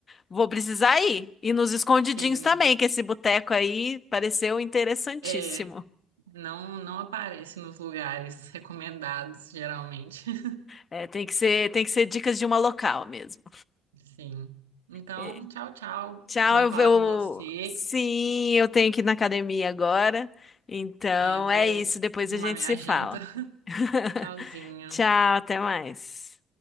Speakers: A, on the left; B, on the right.
A: vou precisar ir. E nos escondidinhos
B: Sim.
A: também, que esse boteco aí pareceu interessantíssimo.
B: É. Não, não aparece nos lugares recomendados, geralmente. <laughs>
A: É, tem que ser, tem que ser dicas de uma local mesmo.
B: Sim. Então,
A: É,
B: tchau, tchau.
A: Tchau,
B: Bom
A: eu
B: falar
A: vou.
B: com você.
A: Sim, eu tenho que ir na academia agora. Então
B: Aí eu vou
A: é isso, depois
B: arrumar
A: a gente
B: minha
A: se
B: janta.
A: fala.
B: <laughs>
A: <laughs>
B: Tchauzinho.
A: Tchau, até mais.